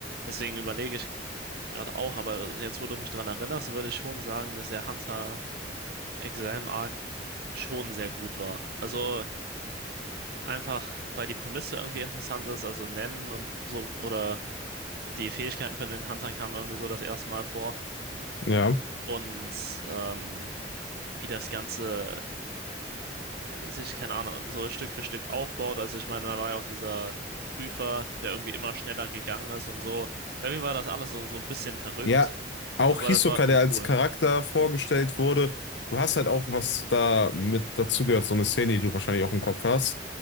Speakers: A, on the right; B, on the left.
A: Deswegen überlege ich gerade auch, aber jetzt, wo du mich daran erinnerst, würde ich schon sagen, dass der Hunter Exam Arc schon sehr gut war. Also einfach, weil die Prämisse irgendwie interessant ist, also Nennen und so, oder die Fähigkeiten von den Huntern kamen irgendwie so das erste Mal vor.
B: ja.
A: und ähm, wie das Ganze ja, sich, keine Ahnung, so Stück für Stück aufbaut. Also ich meine, da war ja auch dieser Prüfer, der irgendwie immer schneller gegangen ist und so. Irgendwie war das alles so, so ein bisschen verrückt,
B: Ja, auch
A: aber
B: Hisoka,
A: das war irgendwie
B: der als
A: cool.
B: Charakter vorgestellt wurde. Du hast halt auch was da mit dazugehört, so eine Szene, die du wahrscheinlich auch im Kopf hast.